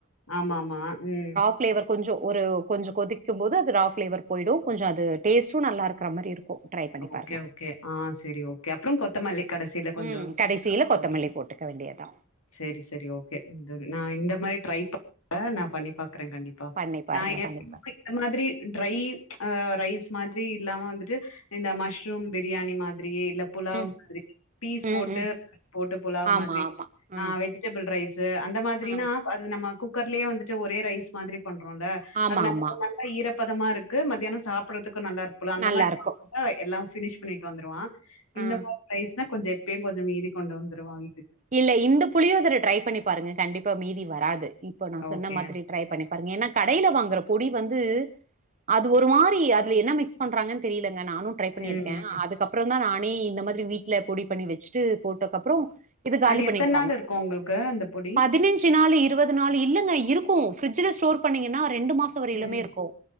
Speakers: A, on the left (about 75°); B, on the right (about 35°).
A: ஆமாமா ம்
B: ஃபிளேவர் கொஞ்சோ ஒரு கொஞ்சோ கொதிக்கும்போது அது ரா ஃபிளேவர் போயிடு கொஞ்சோ அது டேஸ்ட்டு நல்லா இருக்கற மாரி இருக்கு ட்ரை பண்ணி பாருங்க
A: ஓகே ஓகே ஆ செரி ஓகே அப்புறம் கொத்தமல்லி கடைசில கொஞ்சோ
B: ம் கடைசியில கொத்தமல்லி
A: போட்டு
B: போட்டுக்க வேண்டியதா
A: செரி செரி ஓகே த நா
B: ம்.
A: இந்த மாரி ட்ரை ப ஆ நா பண்ணிப்பாக் க்ரேன் கண்டிப்பா
B: பண்ணி பாருங்க
A: நா
B: பண்ணி
A: <inaudible> இந்த
B: பாருங்க
A: மாதிரி ட்ரை ப்ச் ரைஸ் மாதிரி இல்லாம டு இந்த
B: ம்
A: மஷ்ரூம் வெ பிரியாணி மா ரியே இல்ல புலாவ்
B: ம்
A: மாதிரி பீஸ்
B: ம்
A: போட்டு
B: ம்
A: போட்டு புலாவ்
B: ஆமா
A: மாதிரி
B: ஆமா ம்
A: ஆ வெஜிடேபிள் ரைஸ் து அந்த மாதிரினா
B: ஆ
A: அது நம்ம குக் குக்கர்லயே வந்துட்டு ஒரே ரைஸ் மாதிரி பண்றோல்ல
B: ஆமா
A: அது நமக்கு
B: ஆமா
A: நல்ல ஈர ப்பதமா இருக்கு மத்தியானோ சாப்றது க்கு நல்லா இருக்குல்ல அந்த
B: நல்லாருக்கு
A: மாரி பை எல்லா வினிஷ் பண்ணிட்டு வந்துருவா
B: ஆ
A: இந்த மாரி ரைஸ்னா கொஞ்சோ எப்பயு கொஞ்சோ மீதி கொண்டு வந்துருவா வீட்டுக்கு
B: இல்ல இந்த புளியோதர ட்ரை பண்ணி பாருங்க கண்டிப் பா மீதி வராது இப்போ நா சொன்ன
A: ஓகே
B: மாதிரி ட்ரை பண்ணி பாருங்க ஏனா கடைல வாங்குற பொடி வந்து அது ஒரு மாரி அதுல என்ன மிக்ஸ் பண்றாங்கன்னு தெரில இங்க நானு ட்ரை பண்ணிருக்கே
A: ம் ம்
B: அதுக்கப்புறந்தா நா நீ இந்த மாதிரி வீட்ல பொடி பண்ணி வெச்சுட்டு போட்டக்கப்றோ இது காலி
A: அது
B: பண்ணிடுவாங்க
A: எத்தன நாள் இருக்கு உங்களுக்கு அந்த பொடி
B: பதினெஞ்சு நாளு இருவது நாளு இல்லங்க இருக்கு ஃபிரிட்ஜ்ல ஸ்டோர் பண்ணீங்கன்னா ரெண்டு மாசோ வரயிலுமே
A: ம்
B: இருக்கு